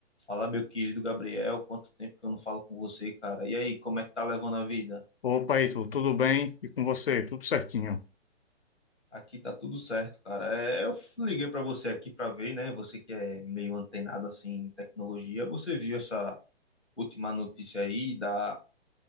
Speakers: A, on the left; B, on the left.
A: Fala, meu querido Gabriel, quanto tempo que eu não falo com você, cara? E aí, como é que tá levando a vida?
B: Opa, Ítalo, tudo bem? E com você? Tudo certinho?
A: Aqui tá tudo certo, cara. É, eu f- liguei pra você aqui pra ver, né? Você que é meio antenado assim em tecnologia, você viu essa última notícia aí da